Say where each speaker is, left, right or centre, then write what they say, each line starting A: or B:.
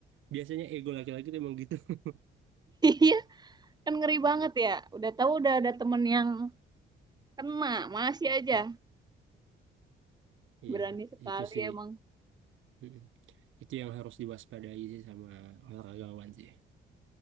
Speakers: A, on the right (about 80°); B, on the right (about 20°).
A: biasanya ego laki-laki tuh emang gitu <laughs>
B: iya <laughs> kan ngeri banget ya udah tahu udah ada temen yang kena masih aja
A: Mm, iya
B: berani sekali
A: itu sih
B: emang
A: Mm-mm. Itu yang harus diwaspadai sih sama olahragawan sih.